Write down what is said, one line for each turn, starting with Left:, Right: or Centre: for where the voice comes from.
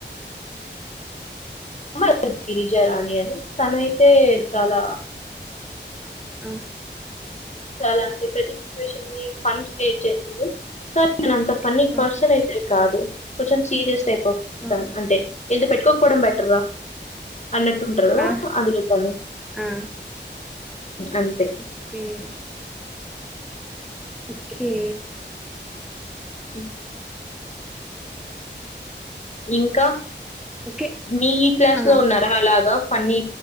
Left: అమ్మాయి గిరిజ రాణ అని తన అయితే చాలా
Centre: ఆ
Left: చాలా అంటే ప్రతి సిచ్యువేషన్ ని ఫన్ క్రియేట్ చేస్తుంది నేను అంత ఫన్నీ
Centre: ఆ!
Left: పర్సన్ అయితే కాదు కొంచెం సీరియస్ టైప్ ఆఫ్
Centre: ఆ!
Left: అంటే ఎంత పెట్టుకో కోవడం బెటర్ రా అన్నట్టుంటారు కదా
Centre: ఆ!
Left: అందులో తనుమ్
Centre: ఆ!
Left: అంతే
Centre: ఓకే. ఒకే
Left: అ ఇంకా
Centre: ఓకే
Left: మీ ఈ క్లాస్
Centre: ఆ
Left: లో ఉన్నారా అలాగా ఫన్నీ